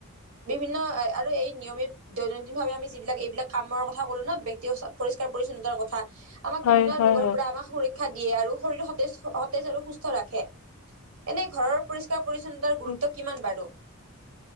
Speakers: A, on the right; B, on the left.
A: বিভিন্ন আই আৰু এই নিয়মিত দৈনন্দিন ভাৱে আমি যিবিলাক এইবিলাক কামৰ কথা কলো ন' ব্যক্তিঅচ' পৰিষ্কাৰ পৰিচ্ছন্নতাৰ কথা। আমাক
B: হয়,
A: বিভিন্ন
B: হয়,
A: ৰোগৰ
B: হয়,
A: পৰা আমাক সুৰক্ষা দিয়ে, আৰু শৰীৰ সতেছ-সতেজ আৰু সুস্থ ৰাখে। এনে ঘৰৰ পৰিষ্কাৰ পৰিছন্নতাৰ গুৰুত্ব
B: উম।
A: কিমান বাৰু?